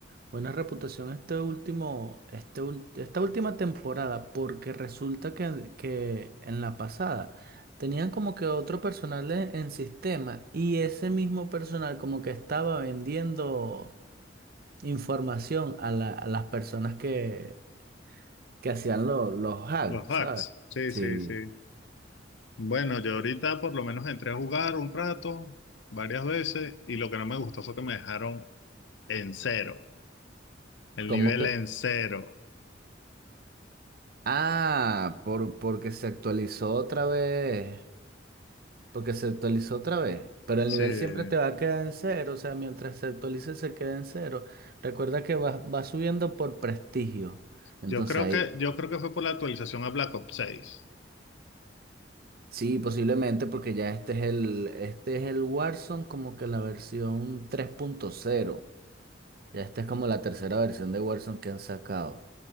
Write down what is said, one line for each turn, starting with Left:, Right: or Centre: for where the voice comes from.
Right: buena reputación este último, este, ul- esta última temporada, porque resulta que, que en la pasada tenían como que otro personal en, en sistema y ese mismo personal como que estaba vendiendo información a, la- a las personas que, que hacían lo- los hacks,
Left: Los hacks,
Right: ¿sabes?
Left: sí,
Right: Sí.
Left: sí, sí. Bueno, yo ahorita por lo menos entré a jugar un rato, varias veces, y lo que no me gustó fue que me dejaron en cero, el
Right: Como
Left: nivel
Right: que,
Left: en cero.
Right: ah, por, porque se actualizó otra vez. porque se actualizó otra vez. Pero el
Left: Sí.
Right: nivel siempre te va a quedar en cero, o sea, mientras se actualice se queda en cero. Recuerda que va, va subiendo por prestigio. Entonces
Left: Yo creo
Right: ahí
Left: que, yo creo que fue por la actualización a Black Ops 6.
Right: sí, posiblemente, porque ya este es el, este es el Warzone como que la versión tres punto cero, Ya esta es como la tercera versión de Warzone que han sacado.